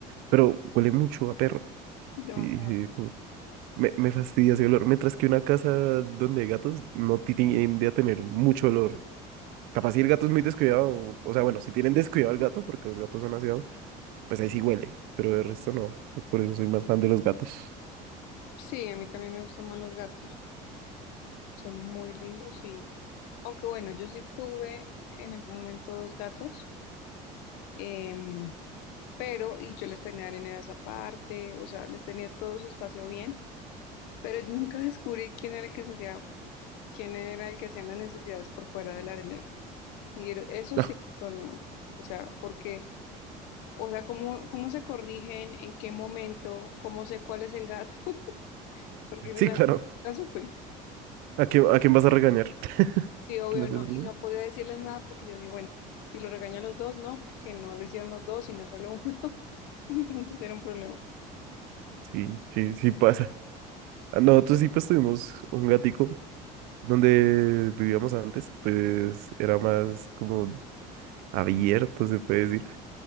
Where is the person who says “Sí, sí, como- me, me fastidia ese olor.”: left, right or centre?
Right